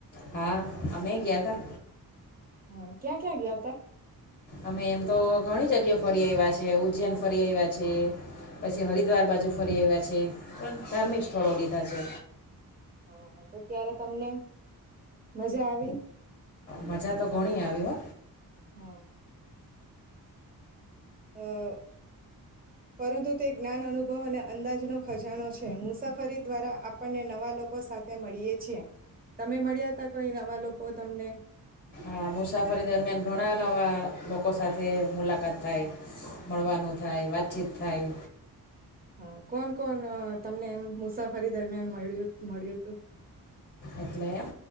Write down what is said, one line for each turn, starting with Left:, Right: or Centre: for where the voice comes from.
Left: હા અમે ગયાતા
Right: હમ્મ, ક્યાં ક્યાં ગયાંતા?
Left: અમે એમ તો ઘણી જગ્યા ફરી આવ્યા છે ઉજ્જૈન ફરી આવ્યા છે પછી હરિદ્વાર બાજુ ફરી આવ્યા છે પણ ધાર્મિક સ્થળો લીધા છે.
Right: હા તો ત્યારે તમને મજા આવી?
Left: મજા તો ઘણી આવી હો.
Right: હ. અ પરંતુ તે જ્ઞાન અનુભવ અને અંદાજનો ખજાનો છે મુસાફરી દ્વારા આપણને નવા લોકો સાથે મળીએ છીએ તમે મળ્યા હતા કોઈ નવા લોકો તમને?
Left: આ મુસાફરી દરમિયાન ઘણા નવા લોકો સાથે મુલાકાત થાય મળવાનું થાય વાતચીત થાય.
Right: હા, કોણ કોણ તમને એમ મુસાફરી દરમિયાન મળય મળ્યું હતું?
Left: એટલે એમ